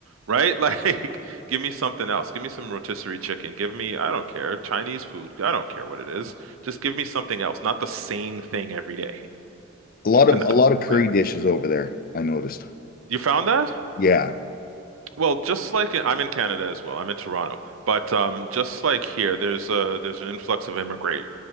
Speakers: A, on the right; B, on the left.
A: Right? <laughs> Like, give me something else. Give me some rotisserie chicken. Give me, I don't care, Chinese food. I don't care what it is. Just give me something else, not the same thing every day.
B: A lot of
A: And
B: a
A: that's
B: lot of curry
A: the way it is.
B: dishes over there, I noticed.
A: You found that?
B: Yeah.
A: Well, just like in, I'm in Canada as well. I'm in Toronto, but um, just like here, there's a there's an influx of immigration.